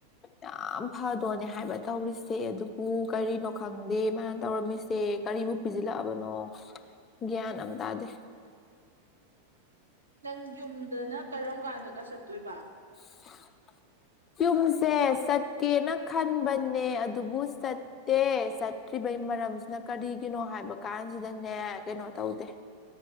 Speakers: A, on the left; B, on the right.
A: ꯌꯥꯝ ꯐꯗꯣꯅꯦ ꯍꯥꯏꯕ ꯇꯧꯔꯤꯁꯦ ꯑꯗꯨꯕꯨ ꯀꯔꯤꯅꯣ ꯈꯪꯗꯦ ꯃꯥꯥꯏꯅ ꯇꯧꯔꯝꯃꯤꯁꯦ ꯀꯔꯤꯕꯨꯛ ꯄꯤꯁꯤꯜꯂꯛꯑꯕꯅꯣ ꯒ꯭ꯌꯥꯟ ꯑꯝ ꯇꯥꯗꯦ
B: ꯅꯪ ꯌꯨꯝꯗꯅ ꯀꯔꯝ ꯀꯥꯟꯗꯒ ꯆꯠꯇꯣꯏꯕ
A: ꯏꯅꯥꯎꯗꯤꯕꯂꯦ ꯌꯨꯝꯁꯦ ꯆꯠꯀꯦꯅ ꯈꯟꯕꯅꯦ ꯑꯗꯨꯕꯨ ꯆꯠꯇꯦ ꯆꯠꯇ꯭ꯔꯤꯕꯩ ꯃꯔꯝꯁꯤꯅ ꯀꯔꯤꯒꯤꯅꯣ ꯍꯥꯏꯕ ꯀꯥꯟꯁꯤꯗꯅꯦ ꯀꯩꯅꯣ ꯇꯧꯗꯦ